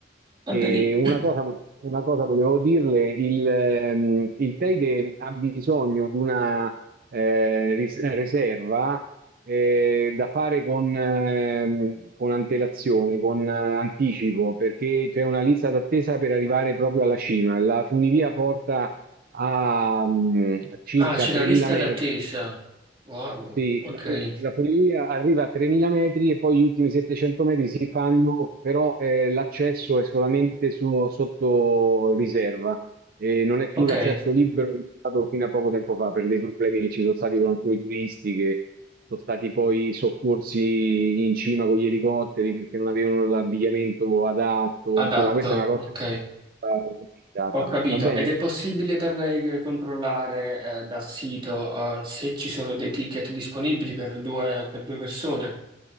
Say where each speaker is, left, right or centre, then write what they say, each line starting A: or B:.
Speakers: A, on the right; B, on the right.
A: va
B: E
A: bene.
B: una
A: <clears throat>
B: cosa, una cosa volevo dirle, il, ehm, il Teide ha bisogno di una eh, ris- riserva eh, da fare con, ehm, con antelazione, con eh, anticipo, perché c'è una lista d'attesa per arrivare proprio alla cima. La funivia porta a mm, circa
A: Ah, c'è
B: 3.000
A: la lista
B: metri
A: d'attesa. Wow,
B: sì,
A: ok.
B: la, la funivia arriva a 3.000 metri e poi gli ultimi 700 metri si fanno, però eh, l'accesso è solamente su- sotto riserva e non è più
A: Ok,
B: l'accesso libero come è stato fino a poco tempo fa per dei problemi che ci sono stati con alcuni turisti che sono stati poi soccorsi in cima con gli elicotteri perché non avevano l'abbigliamento adatto.
A: adatto,
B: Insomma, questa è una cosa
A: ok,
B: che va organizzata.
A: ho capito.
B: Va bene?
A: Ed è possibile per lei eh, controllare eh, dal sito eh, se ci sono dei ticket disponibili per due, per due persone,